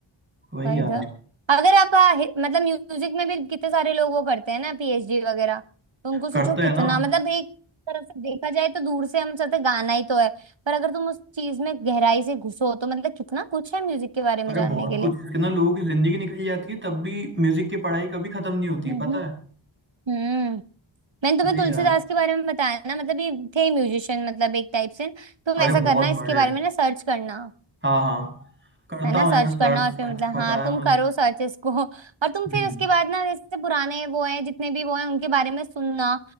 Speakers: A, on the right; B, on the right.
A: वही
B: भाई
A: यार
B: द अगर आप आ, हि- मतलब म्यूजिक में भी कितने सारे लोग वो करते हैं ना पीएचडी वगैरह तो उनको सोचो
A: करते हैं
B: कितना
A: ना
B: मतलब एक तरफ से देखा जाए तो दूर से हम सोचते हैं, गाना ही तो है पर अगर तुम उस चीज में गहराई से घुसो तो मतलब कितना कुछ है म्यूजिक के बारे में
A: अरे
B: जानने
A: बहुत
B: के लिए
A: कुछ है इसके ना लोगों की जिंदगी निकल जाती है तब भी म्यूजिक की पढ़ाई कभी खत्म नहीं होती
B: हम्म
A: है, पता है
B: हम्म मैंने तुम्हें
A: वही
B: तुलसीदास
A: यार
B: के बारे में बताया ना मतलब ये थे म्यूजिशियन मतलब एक टाइप से तुम
A: अरे
B: ऐसा करना
A: बहुत
B: इसके
A: बड़े
B: बारे
A: हैं
B: में ना सर्च करना
A: हाँ हाँ करता
B: है ना
A: हूँ
B: सर्च
A: यार सर्च
B: करना और फिर
A: अच्छा
B: मतलब
A: बताया
B: हाँ तुम
A: मुझे
B: करो सर्च इसको और
A: हम्म
B: तुम फिर उसके बाद ना जैसे पुराने वो हैं जितने भी वो हैं उनके बारे में सुनना